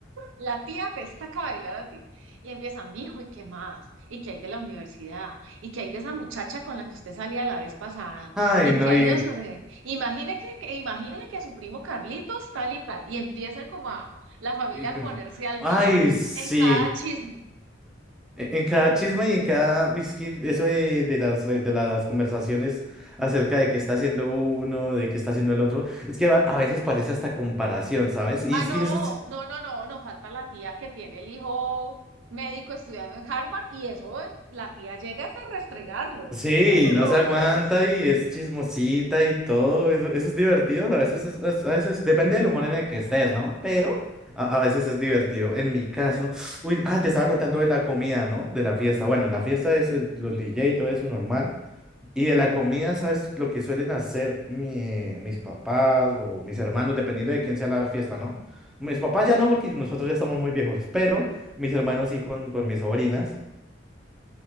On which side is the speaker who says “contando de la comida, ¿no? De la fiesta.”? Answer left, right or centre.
Centre